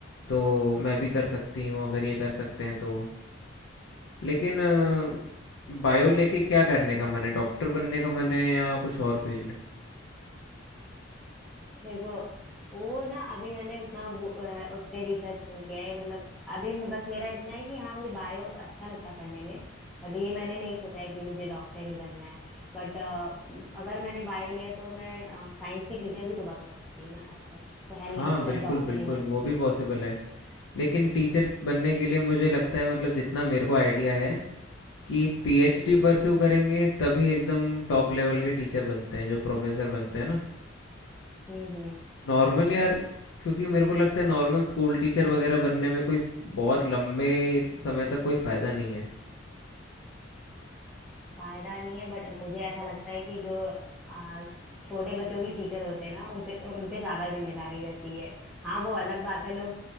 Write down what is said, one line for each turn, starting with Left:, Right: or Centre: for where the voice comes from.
Left: तो मैं भी कर सकती हूँ अगर ये कर सकते हैं तो लेकिन अ,
Centre: हम्म
Left: बायो लेके क्या करने का मन है डॉक्टर बनने का मन है या कुछ और फील्ड
Centre: देखो वो ना अभी मैंने उतना वो, अ, उस पे रिसर्च नहीं किया है मतलब अभी बस मेरा इतना है कि हाँ मुझे बायो अच्छा लगता पढ़ने में बट ये मैंने नहीं सोचा है कि मुझे डॉक्टर ही बनना है बट अगर मैंने बायो लिया तो मैं साइंस की टीचर भी तो बन सकती हूँ ना ऐसा तो है नहीं
Left: हाँ
Centre: बस
Left: बिल्कुल
Centre: डॉक्टर
Left: बिल्कुल
Centre: ही बनेंगे
Left: वो भी पॉसिबल है लेकिन टीचर बनने के लिए मुझे लगता है मतलब जितना मेरे को आइडिया है कि पीएचडी
Centre: हम्म
Left: परस्यू करेंगे तभी एकदम टॉप लेवल के टीचर बनते हैं जो प्रोफेसर बनते हैं ना
Centre: हम्म हम्म।
Left: नॉर्मल यार क्योंकि मेरे को लगता है नॉर्मल स्कूल टीचर वगैरह बनने में कोई बहुत लंबे समय तक कोई फ़ायदा नहीं है
Centre: फायदा नहीं है बट मुझे ऐसा लगता है कि जो आ, छोटे बच्चों के टीचर होते हैं ना उन पे उन पे ज्यादा जिम्मेदारी रहती है हाँ वो अलग बात है लोग